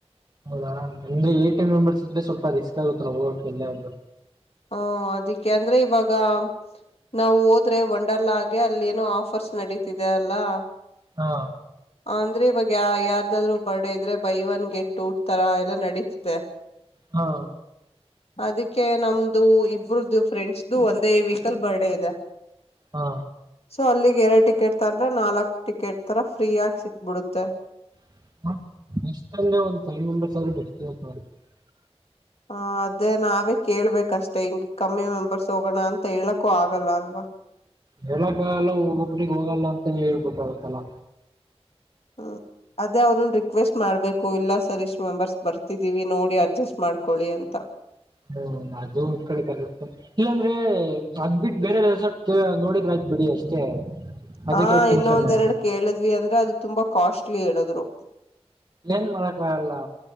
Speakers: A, on the right; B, on the left.
A: ಹೌದಾ ಅಂದ್ರೆ ಏ ಟ ಮೆಂಬರ್ಸ್ ಇದ್ರೆ ಸ್ವಲ್ಪ ರಿಸ್ಕ್ ಆಗುತ್ತಲ್ಲ ಹೋಗಕ್ಕೆ ಎಲ್ಲ್ರರು.
B: ಹಾ ಅದಿಕ್ಕೆ ಅಂದ್ರೆ ಇವಾಗ. ನಾವು ಹೋದ್ರೆ ವಂಡರ್ಲೆ ಅಲ್ಲಿ ಏನೋ ಆಫರ್ಸ್ ನಡೀತಿದೆ ಅಲ್ಲಾ.
A: ಹಾ.
B: ಅಂದ್ರೆ ಇವಾಗ ಯ ಯಾರ್ದಾದ್ರು ಬರ್ಡೇ ಇದ್ರೆ ಬೈ ಒನ್ ಗೆಟ್ ಊಟ್ತರ ಎಲ್ಲಾ ನಡೀತಿದೆ.
A: ಹಾ.
B: ಅದಕ್ಕೆ ನಮ್ದು ಇಬ್ರದದು ಫ್ರೆಂಡ್ಸ್್ದು ಒಂದೇ ವೀಕಲ್ ಬರ್ಡೇ ಇದೆ.
A: ಹಾ
B: ಸೊ ಅಲ್ಲಿಗ್ ಎರಡು ಟಿಕೆಟ್ ತಂದ್ರೆ ನಾಲ್ಕ್ ಟಿಕೆಟ್ ತರಫ್ ಫ್ರೀಯಾಗಿ ಸಿಕ್ಬಿಡುತ್ತೆ.
A: <inaudible>
B: ಹ ಅದೇ ನಾವೇ ಕೇಳ್ಬೇಕಷ್ಟೇ ಹಿಂಗಗೆ ಕಮ್ಮಿ ಮೆಂಬರ್ಸ್ ಹೋಗೋಣ ಅಂತ ಹೇಳಕ್ಕೂ ಆಗಲ್ಲ ಅಲ್ವಾ. <inaudible>
A: ಹೇಳೋಕ್ಕಲ್ಲ ಒ ಒಬ್ರಗ್ ಹೋಗಲ್ಲ ಅಂತ ಹೇಳ್ಬೇಕಾಗತ್ತಲ್ಲ.
B: ಹಾ. ಅದೇ ಅವ್ರನ್ನ ರಿಕ್ವೆಸ್ಟ್ ಮಾಡ್ಬೇಕು ಇಲ್ಲ ಸರಿ ಇಷ್ಟು ಮೆಂಬರ್ಸ್ ಬರ್ತಿದ್ದೀವಿ ನೋಡಿ ಅಡ್ಜಸ್ಟ್ ಮಾಡ್ಕೊೊಳ್ಳಿ ಅಂತ.
A: ಹ್ಮ್ ಅದು ಒಂದ್ ಕಡೆ ಕರೆಕ್ಟ್ ಇಲ್ಲಾಂದ್ರೆ ಅದ್ಬಿಟ್ಟ ಬೇರೆ ರೆಸಾರ್ಟ ನೋಡಿದ್ರ್ತ. ಬಿಡಿ ಅಷ್ಟೇ.
B: ಹಾ
A: ಅದಕ್ಕೆ ಯಾಕ್ ಟೆನ್ಷನ್
B: ಇನ್ನೊಂದೆರಡ್ ಕೇಳಿದ್ವಿ ಅಂದ್ರೆ ಅದು ತುಂಬಾ ಕಾಸ್ಟ್ಲಿ ಹೇಳದ್ರು.
A: ಏನ್ ಮಾಡಕ ಆಗಲ್ಲಾ